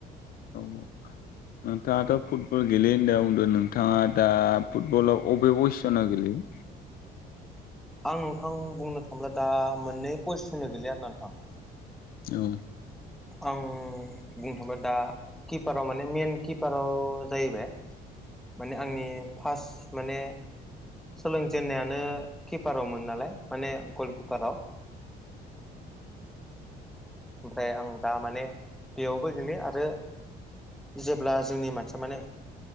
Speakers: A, on the left; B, in the centre.
A: औ नोंथाङाथ' फुटबल गेलेयो होनना बुंदो नोंथाङा दा फुटबलाव अबे <unintelligible> जाना गेलेयो
B: आं नोंथां बुंनो थांब्ला दा मोननै पजिसन गेलेयो आरो ना नोंथां
A: औ
B: आं बुंथ'बा दा किपाराव माने मेइन किपाराव जाहैबाय माने आंनि फास माने सोलोंजेनन्नायानो किपारावमोन नालाय माने गलकिपाराव ओमफ्राय आं दा माने बेयावबो गेलेयो आरो जेब्ला जोंनि मानसिया माने